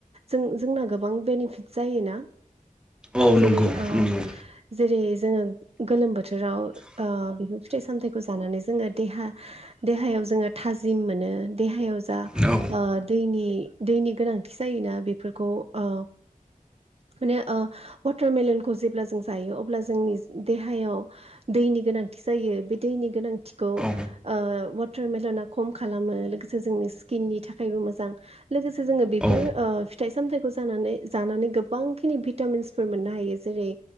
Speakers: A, on the right; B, in the centre.
A: जोंना गोबां बेनिफिट जायोना
B: औ
A: जेरै
B: नंगौ
A: ओ
B: नंगौ
A: जेरै जोङो गोलोम बोथोराव ओ बेफोर फिथाइ सामथाइखौ जानानै जोङो देहा देहायाव जोङो थाजिम मोनो देहायाव जा
B: औ
A: ओ दैनि दैनि गोनांथि जायोना बेफोरखौ ओ माने ओ वाटारमेलनखौ जेब्ला जों जायो अब्ला जोंनि देहायाव दैनि गोनांथि जायो बे दैनि गोनांथिखौ
B: औ
A: ओ वाटारमेलना खम खालामो लोगोसे जोंनि स्किननि थाखायबो मोजां लोगोसे जोङो बेफोर
B: औ
A: ओ फिथाइ सामथाइखौ जानानै जानानै गोबांखिनि भिटामिन्सफोर मोननो हायो जेरै